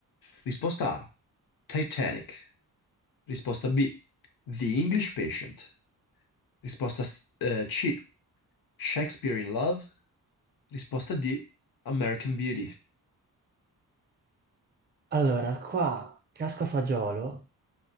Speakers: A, on the left; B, on the right.
A: Risposta A. Titanic. Risposta B. The English Patient. Risposta s- eh, C. Shakespeare in Love. Risposta D. American Beauty.
B: Allora, qua casco a fagiolo